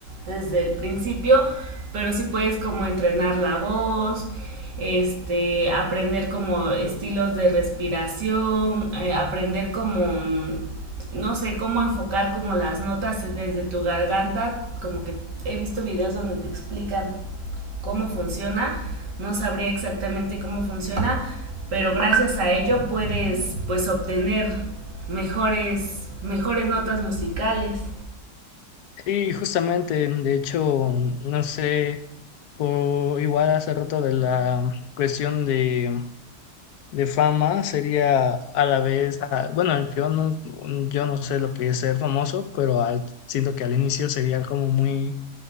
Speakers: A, on the right; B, on the left.
A: desde el principio, pero sí puedes como entrenar la voz, este, aprender como estilos de respiración, eh, aprender como, mm, no sé, cómo enfocar como las notas desde tu garganta, como que he visto videos donde te explican cómo funciona, no sabría exactamente cómo funciona, pero gracias a ello puedes pues obtener mejores mejores notas musicales.
B: Sí, justamente, de hecho, no sé, o igual hace rato de la cuestión de, de fama sería a la vez, ah, bueno, yo no, yo no sé lo que es ser famoso, pero al- siento que al inicio sería como muy,